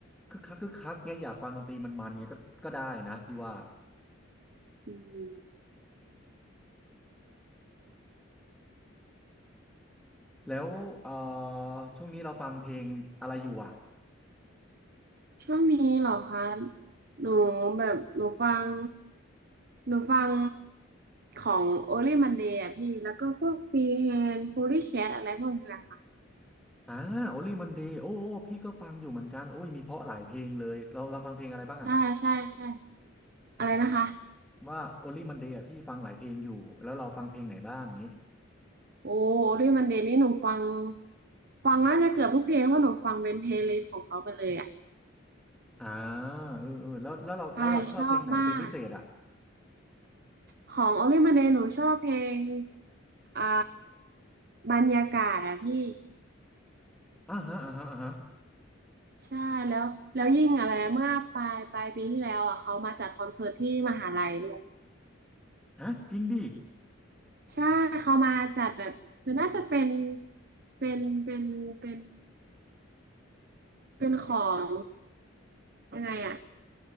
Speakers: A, in the centre; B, on the right.
A: คึกคักคึกคักเงี้ยอยากฟังดนตรีมันมันเงี้ยก็ก็ได้นะพี่ว่า
B: อืม
A: แล้วเอ่อช่วงนี้เราฟังเพลงอะไรอยู่อ่ะ
B: ช่วงนี้เหรอคะหนูแบบหนูฟังหนูฟังของโอลี่มันเดยะพี่แล้วก็พวกฟรีแฮนโพลีแคทอะไรพวกนี้แหละค่ะ
A: อ่าโอลี่มันเดย์โอ้โอ้พี่ก็ฟังอยู่เหมือนกันโอ้ยมีเพราะหลายเพลงเลยเราเราฟังเพลงอะไรบ้างอ่ะ
B: ใช่ใช่ใช่อะไรนะคะ
A: ว่าโอลี่มันเดย์อ่ะพี่ฟังหลายเพลงอยู่แล้วเราฟังเพลงไหนบ้างอย่างงี้
B: โอ้โอลี่มันเดย์นี่หนูฟังฟังน่าจะเกือบทุกเพลงเพราะหนูฟังเป็นเพลย์ลิสต์ของเขาไปเลยอ่ะ
A: อ่าเออเออแล้วแล้วเราแล้วเราชอบเพลงไหนเป็นพิเศษอ่ะ
B: ใช่ชอบมากของโอลี่มันเดยหนูชอบเพลงอ่าบรรยากาศอะพี่
A: อ่าฮะอ่าฮะอ่าฮะ
B: ใช่แล้วแล้วยิ่งอะไรเมื่อปลายปลายปีที่แล้วอ่ะเขามาจัดคอนเสิร์ตที่มหาลัยด้วย
A: ฮะจริงดิ
B: ใช่เขามาจัดแบบมันน่าจะเป็นเป็นเป็นเป็นเป็นของยังไงอ่ะ